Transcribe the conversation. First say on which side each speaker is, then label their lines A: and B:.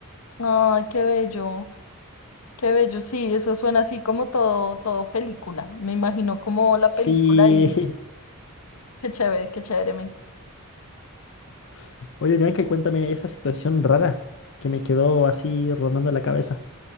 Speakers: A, on the left; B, on the left.
A: Ay, qué bello, qué bello. Sí, eso suena así como todo, todo película. Me imagino como la
B: Sí,
A: película y qué chévere, qué chévere. me-
B: <laughs> oye Bianca, cuéntame esa situación rara que me quedó así rondando la cabeza.